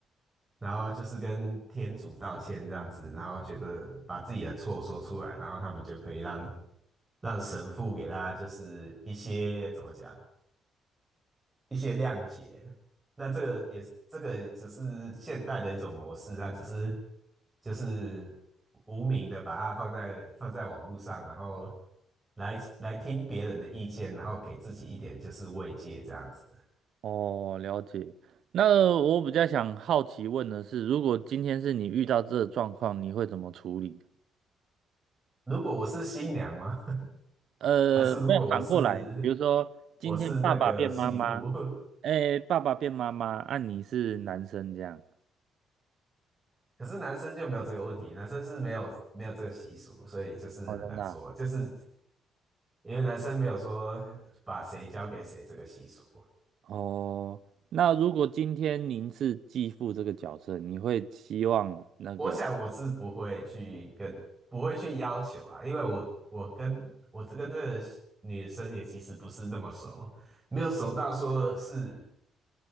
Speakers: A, on the right (about 20°); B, on the right (about 70°).
A: 然后就是跟天主道歉这样子，然后觉得把自己的错说出来，然后他们就可以让让神父给他就是一些怎么讲，一些谅解。那这个也是，这个只是现代的一种模式，它只是就是无名的把它放在放在网络上，然后来来听别人的意见，然后给自己一点就是慰藉这样子。
B: 哦，了解。那我比较想好奇问的是，如果今天是你遇到这个状况，你会怎么处理？
A: 如果我是新娘吗？<laughs>
B: 呃，
A: 还是如果我是
B: 没有反过来，比如说今天爸爸变妈妈，
A: 我是那个媳妇？<laughs>
B: 哎，爸爸变妈妈，啊，你是男生这样，
A: 可是男生就没有这个问题，男生是没有没有这个习俗，所以就是很难说，
B: 哦，真的啊
A: 就是因为男生没有说把谁交给谁这个习俗。
B: 哦，那如果今天您是继父这个角色，你会希望那个，
A: 我想我是不会去跟不会去要求啊，因为我我跟我跟这个女生也其实不是那么熟，没有熟到说是